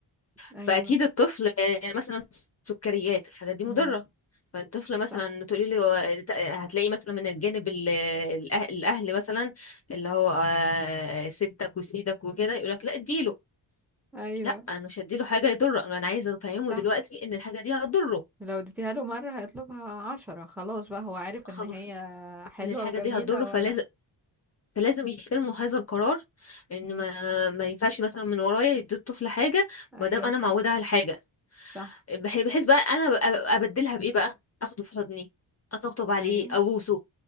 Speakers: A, in the centre; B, on the left.
A: ايوه
B: فأكيد الطفل آه مثلا سكريات الحاجات دي
A: امم
B: مضرة فالطفل مثلا
A: صح
B: تقولي له هتلاقي مثلا من الجانب ال- الأه- الأهل مثلا اللي هو آه ستك وسيدك وكده يقولك لا اديله
A: ايوه
B: لا انا مش هديله حاجه يضره انا أنا عايزه افهمه
A: صح
B: دلوقتي ان الحاجه دي هتضره
A: لو اديتيها له مرة هيطلبها عشرة خلاص بقى هو عارف
B: خلاص
A: ان هي حلوة
B: ان الحاجه
A: وجميلة
B: دي هتضره فلازم
A: وانا
B: فلازم يحترموا هذا القرار ان
A: مم.
B: ما ما ينفعش مثلا من ورايا يدي الطفل حاجه
A: ايوه
B: ما دام انا
A: صح
B: معوده على الحاجه
A: صح
B: بح- بحيث بقى انا ببقى- ببقى ابدلها بايه بقى اخده في حضني اطبطب عليه
A: ايوه
B: ابوسه